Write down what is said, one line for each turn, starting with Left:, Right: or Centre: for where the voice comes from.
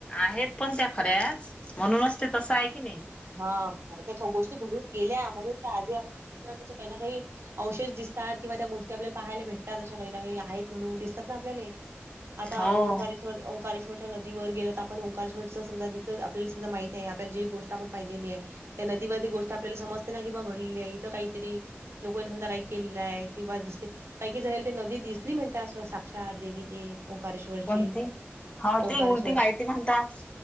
Left: -आहेत पण त्या खऱ्याच म्हणूनच ते तसं आहे की नाही?
Right: हां. ह तशा गोष्टी घडून गेल्या म्हणून त्या आजही <unintelligible> त्या काही ना काही- अवशेष दिसतात किंवा त्या गोष्टी आपल्याले पाहायला भेटतात अशा काही ना काही. आहेत म्हणून दिसतात ना आपल्याले? आता
Left: हो
Right: ओंकार- ओंकारेश्वरच्या नदीवर गेल त आपण ओंकारेश्वरच समजा तिथ आपल्याला समजा माहित ए. आपल्याला जे गोष्ट- आपण पाहिलेली आहे. त्या नदीवरती गोष्ट आपल्याला समजते ना की बा घडलेली ए इथं काहीतरी- लोकांनी समजा काही केलेलं आहे किंवा दिसते- काही काही जणाले ते नदी दिसली म्हणत्यात अस साक्षात देवी ते- ओंकारेश्वरची.
Left: कोणती हो
Right: ओंकारेश्वरची.
Left: ते उलटी वाहती म्हणतात